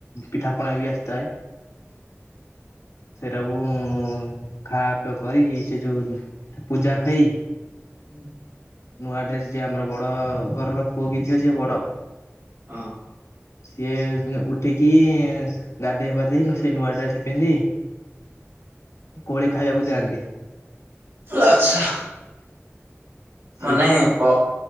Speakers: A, on the left; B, on the right.
A: ପିଠାପଣା ବି ଆସି ଥାଏ। ସେରା କୁ ଖାଆ ପିୟ କରିକି ସେ ଯୋଉ ପୂଜା ଖଇ।
B: ହୁଁ।
A: ନୂଆ ଡ୍ରେସ୍ ଯିଏ ଆମର ବଡ଼ ଘରର ପୁଅ କି ଝିଅ ସିଏ ବଡ
B: ହଁ
A: ସିଏ ଉଠିକି ଏ ଗାଧେଇ ପାଧେଇ ନୂ ସେ ନୂଆ ଡ୍ରେସ ପିନ୍ଧି। କୋଳି ଖାଇବାକୁ ଯଆନ୍ତି।
B: ଆଛା
A: ସିଏ
B: ମାନେ ପ